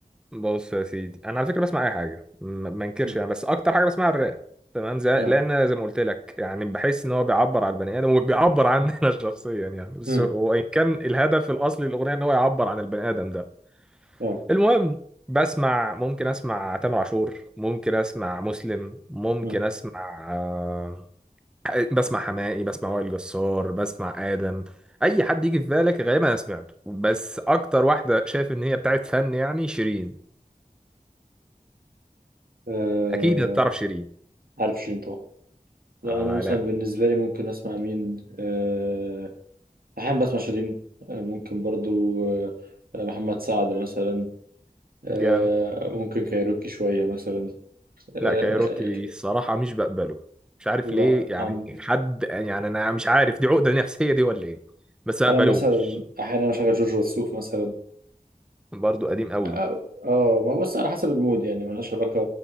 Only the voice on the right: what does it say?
مم.
اه
مم.
اه
مم.
آه...
عارف شيرين طبعا لا
انا مثلا
بالنسبة لي ممكن اسمع مين آه... احيانا بسمع شيرين آه ممكن برضو آه... محمد سعد مثلا آه...
ممكن كايروكي شوية مثلا آه...
لا
عند
انا
مثلا احيانا اشغل جورج وسوف مثلا
اه آه، ما بص على حسب المود يعني ملهاش علاقه